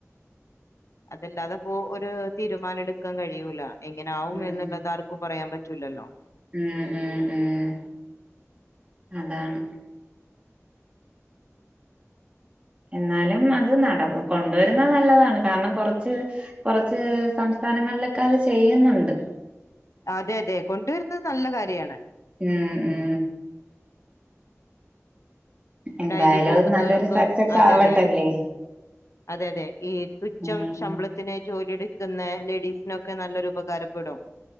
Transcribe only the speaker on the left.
അതല്ലാതെപോ ഒരു തീരുമാനം എടുക്കാൻ കഴിയൂല. എങ്ങനാവും
എന്നുള്ളത് ആർക്കും പറയാൻ പറ്റൂലല്ലോ.
അതെ അതെ. കൊണ്ടുവരുന്നത് നല്ല കാര്യാണ്.
ഡെയിലി പോകുന്നവർക്കും.
അതെ
അതെ. അതെ അതെ. ഈ തുച്ഛം
ശമ്പളത്തിന് ജോലിയെടുക്കുന്ന ലേഡീസിനൊക്കെ നല്ലൊരു ഉപകാരപ്പെടും.